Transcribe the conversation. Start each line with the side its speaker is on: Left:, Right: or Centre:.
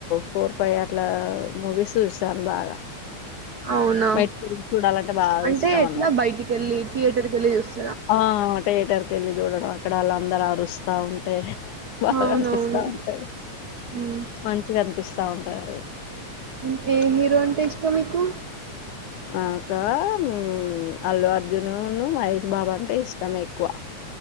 Left: ఫోర్ ఫైవ్ అట్లా మూవీస్ చూశాను బాగా
Right: అవునా
Left: బయటికెళ్ళి చూడాలంటే బాగా
Right: అంటే
Left: ఇష్టం
Right: ఎట్లా
Left: అన్నట్టు
Right: బయటికి వెళ్ళి థియేటర్ కి వెళ్ళి చూస్
Left: ఆ థియేటర్ కి వెళ్ళి చూడడం అక్కడ అలా అందరు అరుస్తా ఉంటే బాగా
Right: అవునవును
Left: అనిపిస్తా ఉంటది
Right: ఉమ్
Left: మంచిగా అనిపిస్ స్తా ఉంటది
Right: మ్ ఏ హీరో అంటే ఇష్టం మీకు
Left: నాకా మ్ అల్లు అర్జును మహేష్ బాబు అంటే ఇష్టమే కువ